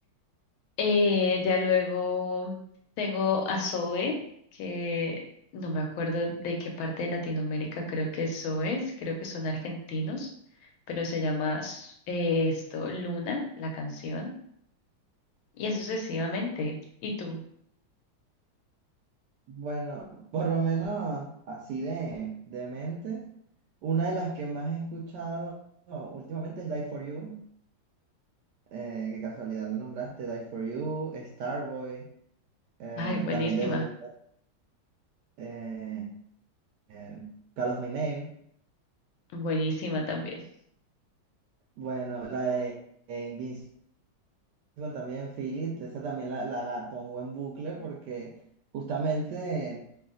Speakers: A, on the left (about 75°); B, on the right (about 75°).
A: Eh, ya luego tengo a Zoe, que no me acuerdo de qué parte de Latinoamérica creo que es Zoe, creo que son argentinos, pero se llama s- eh, esto Luna, la canción, y así sucesivamente. ¿Y tú?
B: Bueno, por lo menos así de, de mente, una de las que más he escuchado últimamente es Die For You, eh, que casualidad lo nombraste, Die For You, Starboy, eh,
A: Ay, buenísima,
B: también de The Weeknd, eh, eh, Call of My Name.
A: buenísima también.
B: Bueno, la de, de Invincible también, Feel It, esa también la, la la pongo en bucle porque justamente